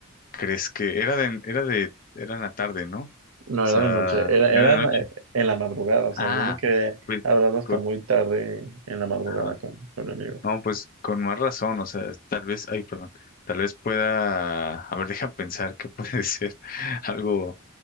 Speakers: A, on the left; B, on the right.
A: ¿Crees que era de, era de, era en la tarde, ¿no? O
B: No
A: sea,
B: era de noche, era,
A: era
B: era
A: de
B: en
A: noche.
B: la, en la madrugada, o sea,
A: Ah,
B: yo me quedé
A: pues
B: hablando hasta
A: con,
B: muy tarde en la madrugada
A: ajá.
B: con, con mi amigo.
A: No, pues con más razón, o sea, tal vez, ay, perdón, tal vez pueda, a ver, <laughs> deja pensar que puede <laughs> ser algo